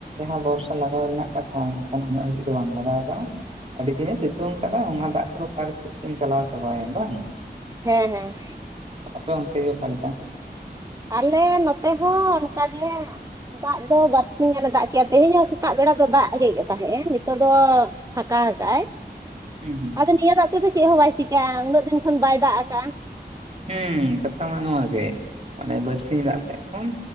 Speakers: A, on the right (about 35°); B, on the right (about 20°).
A: ᱢᱟᱦᱟᱸ ᱵᱚᱨᱥᱟ ᱞᱟᱜᱟᱣ ᱨᱮᱱᱟᱜ ᱠᱟᱛᱷᱟ ᱢᱮᱱᱠᱷᱟᱱ ᱩᱱᱟᱹᱜ ᱦᱟᱹᱵᱤᱡ ᱫᱚ ᱵᱟᱝ ᱞᱟᱜᱟᱣ ᱠᱟᱱᱟ ᱟᱹᱰᱤ ᱫᱤᱱᱮ ᱥᱤᱛᱩᱝ ᱟᱠᱟᱫ-ᱟ ᱚᱱᱟ ᱫᱟᱜ ᱠᱚᱫᱚ ᱚᱠᱟ ᱥᱮᱫ ᱪᱚᱝ ᱪᱟᱞᱟᱣ ᱪᱟᱵᱟᱭᱮᱱ ᱵᱟᱝ
B: ᱦᱮᱸ ᱦᱮᱸ
A: ᱟᱯᱮ ᱚᱱᱛᱮ ᱜᱮ ᱚᱠᱟ ᱞᱮᱠᱟ?
B: ᱟᱞᱮ ᱱᱚᱛᱮ ᱦᱚᱸ ᱚᱱᱠᱟᱜᱮ ᱫᱟᱜ ᱫᱚ ᱵᱟᱨᱥᱤᱧ ᱜᱟᱱ ᱮ ᱫᱟᱜ ᱠᱮᱜᱼᱟ ᱛᱮᱦᱮᱧ ᱦᱚᱸ ᱥᱮᱛᱟᱜ ᱵᱮᱲᱟ ᱫᱚ ᱫᱟᱜ ᱤᱫᱤᱭᱮᱫ ᱜᱮ ᱛᱟᱦᱮᱸ-ᱮ ᱱᱤᱛᱚᱜ ᱫᱚ ᱯᱷᱟᱸᱠᱟ ᱫᱟᱜ ᱠᱟᱜ ᱟᱭ
A: ᱦᱩᱸ
B: ᱟᱫᱚ ᱱᱤᱭᱟᱹ ᱫᱟᱜ ᱛᱮᱫᱚ ᱪᱮᱫ ᱦᱚᱸ ᱵᱟᱭ ᱪᱤᱠᱟᱹᱜᱼᱟ ᱩᱱᱟᱹᱜ ᱫᱤᱱ ᱠᱷᱚᱱ ᱵᱟᱭ ᱫᱟᱜ ᱟᱠᱟᱜᱼᱟ
A: ᱦᱮᱸ ᱠᱟᱛᱷᱟ ᱢᱟ ᱱᱚᱣᱟ ᱜᱮ ᱢᱟᱱᱮ ᱵᱟᱹᱨᱥᱤᱧ ᱫᱟᱜ ᱞᱮᱜ ᱠᱷᱚᱱ